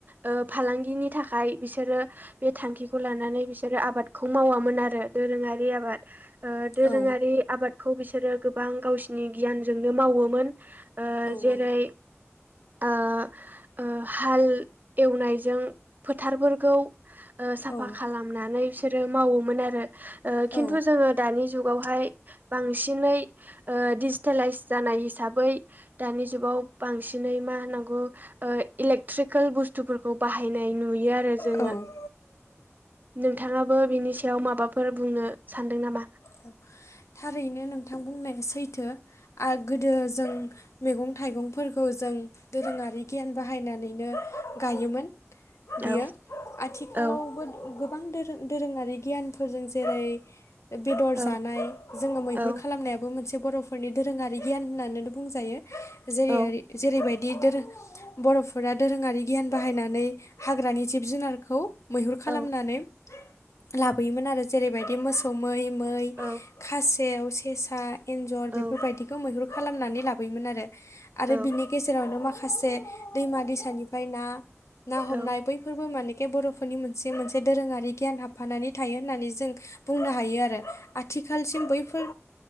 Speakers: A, on the right; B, on the left.
A: ओ फालांग नि थाखाय बिसोरो बे थांखिखौ लानानै बिसोरो आबादखौ मावामोन आरो दोरोङारि आबाद दोरोङारि
B: औ
A: आबादखौ बिसोरो गोबां गावसिनि गियानजोंनो मावोमोन ओ
B: औ
A: जेरै
B: औ
A: ओ ओ हाल एवनायजों फोथारफोरखौ ओ साफा
B: औ
A: खालामनानै बिसोरो मावोमोन आरो। ओ
B: औ
A: खिन्थु जोङो दानि जुगावहाय बांसिनै डिजिटेलाइस जानाय हिसाबै बै दानि जुगाव बांसिनै मा होनांगौ ओ इलेकट्रिकेल बुस्थुफोरखौ बाहायनाय नुयो आरो जोङो
B: औ
A: नोंथाङा बो बिनि सायाव माबाफोर बुंनो सानदों नामा।
B: औ थारैनो नोंथां बुंनाया सैथो आरो गोदो जों मैगं थाइगंफोरखौ जों दोरोङारि गियान बाहायनानैनो गायोमोन। बियो
A: औ
B: आथिखालावबो
A: औ
B: गोबां दोरों दोरोङारि गियानफोरजों जेरै बेदर
A: औ
B: जानाय। जोङो मैहुर
A: औ
B: खालामनायाबो मोनसे बर'फोरनि दोरोङारि गियान होननानैनो बुंजायो। जेरै
A: औ
B: जेरैबायदि बिदि दोरोद बर'फोरा दोरोङारि गियान बाहायनानै हाग्रानि जिब जुनारखौ मैहुर खालामनानै
A: औ
B: लाबोयोमोन आरो जेरैबायदि मोसौ मै मै
A: औ
B: खासेव सेसा एन्जर
A: औ
B: बेफोरबायदिखौ मैहुर खालामनानै लाबोयोमोन आरो। आरो
A: औ
B: बिनि गेजेरावनो माखासे दैमा दैसानिफ्राय ना ना हमनाय
A: औ औ
B: बैफोरबो माने बर'फोरनि मोनसे मोनसे दोरोङारि गियान हाबफानानै थायो होननानै जों बुंनो हायो आरो आथिख आथिखालसिम बैफोर